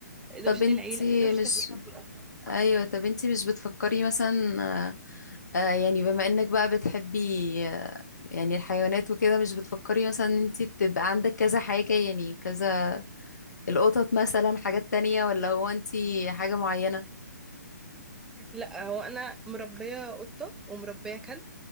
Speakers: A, in the centre; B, on the left.
A: دوشة
B: طب انتي
A: العيلة دوشة
B: مش
A: العيلة والأطفال
B: ايوه طب انتي مش بتفكري مثلا آه، آه، يعني بما انك بقى بتحبي آه، يعني الحيوانات وكده مش بتفكري مثلا ان انتي تبقى عندك كذا حاجة يعني كذا القطط مثلا حاجات تانية ولا هو انتي حاجة معينة
A: لا هو انا مربيه قطه ومربيه كلب